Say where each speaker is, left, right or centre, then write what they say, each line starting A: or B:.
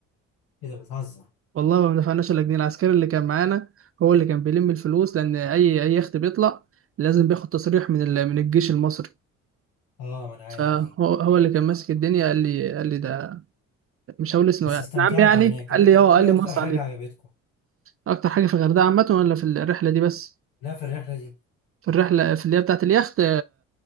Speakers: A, on the left; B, on the right.
A: ايه ده بتهزر
B: والله ما دفعناش ولا جنيه العسكري اللي كان معانا هو اللي كان بيلم الفلوس لأن أي أي يخت بيطلع لازم بياخد تصريح من ال- من الجيش المصري
A: اه ما انا عارف
B: فهو
A: دي
B: هو اللي كان ماسك الدنيا قال لي قال لي ده مش هقول اسمه
A: بس
B: يعني
A: استمتعت
B: نعم يعني
A: هناك
B: قال
A: ايه,
B: لي اه قال
A: ايه
B: لي
A: اكتر
B: مصر
A: حاجه
B: عليك
A: عجبتكم
B: اكتر حاجه في الغردقه عامه ولا في الرحله دي بس
A: لا في الرحله دي
B: في الرحله في اللي هي بتاعت اليخت